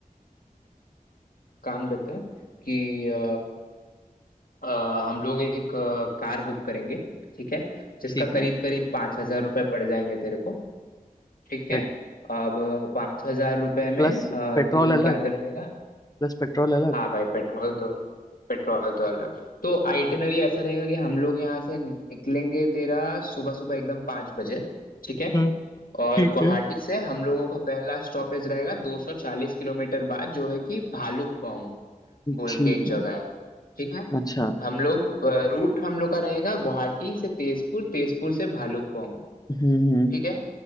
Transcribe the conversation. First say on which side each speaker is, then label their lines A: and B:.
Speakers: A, on the left; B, on the left.
A: काम करते हैं कि अ, अ, हम लोग एक अ, कार बुक करेंगे ठीक है जिसका
B: ठीक
A: करीब
B: है
A: करीब पाँच हजार रुपये पड़ जाएंगे तेरे को ठीक
B: पे,
A: है अब पाँच हजार रुपये में
B: प्लस
A: अ,
B: पेट्रोल
A: तू
B: अलग
A: क्या कर लेगा
B: प्लस पेट्रोल अलग
A: हाँ भाई पेट्रोल तो पेट्रोल तो अलग तो आइटिनरी ऐसा रहेगा कि हम लोग यहाँ से निकलेंगे तेरा सुबह सुबह एकदम पाँच बजे ठीक है
B: हम्म
A: और
B: ठीक
A: गुवाहाटी
B: है
A: से हम लोगों का पहला स्टॉपेज रहेगा 240 किलोमीटर बाद जो है कि भालुकपोंग बोल
B: ठीक
A: के एक जगह
B: है
A: है ठीक है
B: अच्छा
A: हम लोग रूट हम लोग का रहेगा गुवाहाटी से तेजपुर तेजपुर से भालुकपोंग
B: हम्म हम्म
A: ठीक है